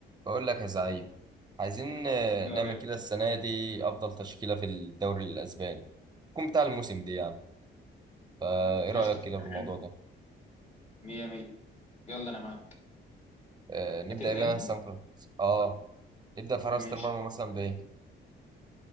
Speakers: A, on the right (about 20°); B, on the left (about 35°).
A: بقول لك يا زعيم عايزين آه،
B: ايوه
A: نعمل
B: يا غالي
A: كده السنة دي أفضل تشكيلة في الدوري الأسباني تكون بتاع الموسم دي يعني فإيه رأيك
B: قشطة
A: كده في الموضوع
B: حلو،
A: ده؟
B: مية مية يلا أنا معاك
A: آه نبدأ
B: هتبدأ
A: بيها
B: أنت
A: مثلا في- آه نبدأ في حراسة
B: ماشي
A: المرمى مثلا بإيه؟